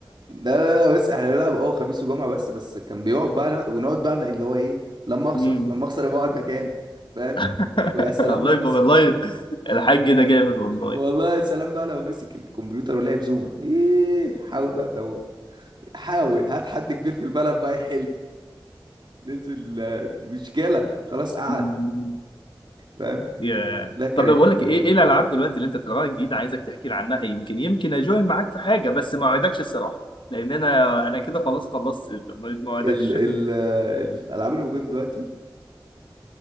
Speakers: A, on the right (about 60°); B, on the left (about 65°).
A: لا لا لا بص احنا بنلعب اه خميس وجمعة بس بس كان بيقعد بقى ونقعد بقى اللي هو ايه لما اخسر
B: مم.
A: لما اخسر يبقى اقعد مكاني فاهم
B: <laughs>
A: ويا سلام
B: الله
A: لو
B: يبقى
A: مسك
B: والله الحاج ده جامد والله
A: والله يا سلام بقى لو مسك الكمبيوتر ولعب زوما ايه حاول بقى تو... حاول هات حد كبير في البلد بقى يحل ننزل آه، مشكلة خلاص قعد
B: مم.
A: فاهم
B: ياه
A: لا كانت
B: طب بقول لك
A: آه،
B: ايه ايه الالعاب دلوقتي اللي انت بتلعبها جديد عايزك تحكي لي عنها يمكن يمكن اجوين معاك في حاجه بس ما اوعدكش الصراحه لان انا انا كده خلاص خلصت ما
A: ال
B: اوعدكش
A: ال آه، الالعاب اللي موجودة دلوقتي